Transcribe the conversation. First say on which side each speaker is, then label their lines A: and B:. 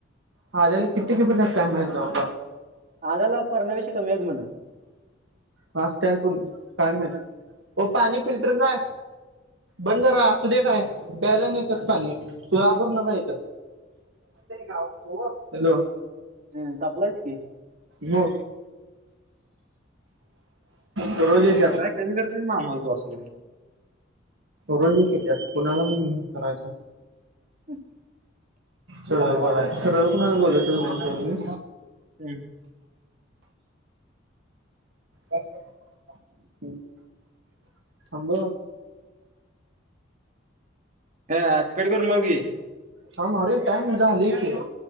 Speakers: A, on the right; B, on the right.
A: हला किती किपे टताय महिबा
B: आजला परणावीश का मेद म्हणून
A: हस्टल पण काय मि पाणी फिल्टर जाय बंद करा असू दे काय प्यायला नाहीेतच पाणी सोलापूर नका येतं का तू हॅलो
B: हं, तापलायच की
A: हो त रोजित
B: काय कमी करते ना माझू असं करून
A: रोजी केेतत कुणाला मण करायच
B: हम्
A: सर बला सरळ कुणाला बोलत म मी
B: हम्
A: हम्म थांब
B: हकडे करून लाव घी
A: थांब अरे टाइम झाले की